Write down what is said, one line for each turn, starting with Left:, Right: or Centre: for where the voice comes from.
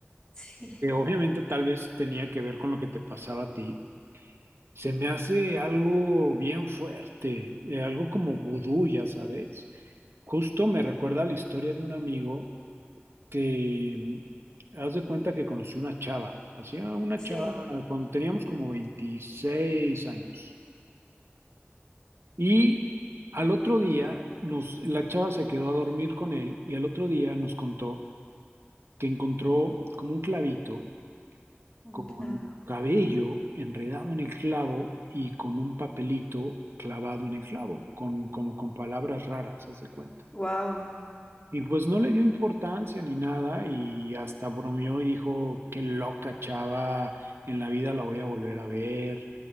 Left: <laughs> Sí,
Right: que obviamente tal vez tenía que ver con lo que te pasaba a ti. Se me hace algo bien fuerte, eh, algo como vudú, ya sabes. Justo me recuerda la historia de un amigo que, mm, haz de cuenta que conocí una chava, hacía una
Left: sí,
Right: chava cuando teníamos como 26 años. Y al otro día, nos, la chava se quedó a dormir con él y al otro día nos contó que encontró como un clavito
Left: un
Right: con
Left: clavo.
Right: cabello enredado en el clavo y con un papelito clavado en el clavo, con, como con palabras raras, haz de cuenta.
Left: Wow.
Right: Y pues no le dio importancia ni nada y hasta bromeó y dijo, qué loca chava, en la vida la voy a volver a ver.